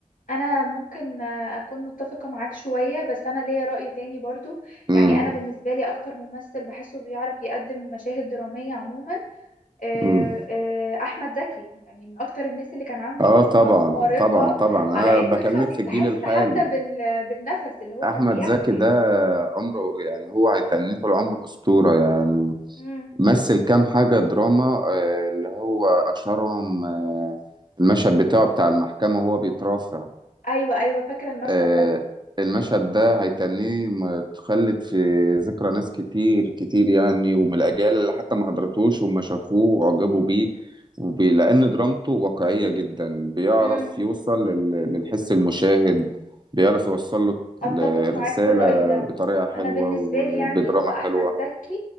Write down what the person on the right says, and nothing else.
امم
امم
اه
طبعا
طبعا طبعا انا
بكلمك
في الجيل
الحالي
احمد
زكي
ده عمره يعني هو هيتنيه طول عمره اسطورة يعني
مثل كام حاجة دراما آه، اللي هو اشهرهم آه، المشهد بتاعه بتاع المحكمة وهو بيترافع
آه،
المشهد ده هيتنيه متخلد في ذكرى ناس كتير كتير يعني ومن الأجيال اللي حتى ما حضرتوش وما شافوه وأعجبوا بيه وب- لأن درامته واقعية جدا بيعرف
يوصل لل- للحس المشاهد بيعرف يوصل له
ال- الرسالة
بطريقة حلوة
وبدراما
حلوة